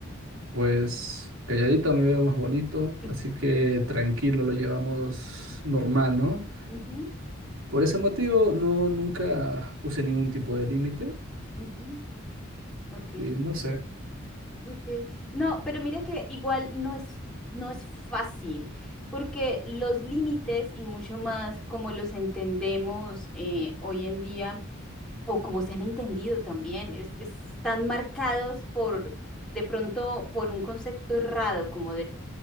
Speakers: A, on the right (about 85°); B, in the centre.
A: pues, calladito me veo más bonito,
B: <laughs>
A: así que tranquilo, lo llevamos normal, ¿no?
B: Ujú,
A: Por ese motivo, no, nunca puse ningún tipo de límite.
B: ujú, ok.
A: Sí, no sé.
B: Okay. No, pero mira que igual no es, no es fácil, porque los límites y mucho más como los entendemos eh, hoy en día, o como se han entendido también, es, están marcados por, de pronto, por un concepto errado, como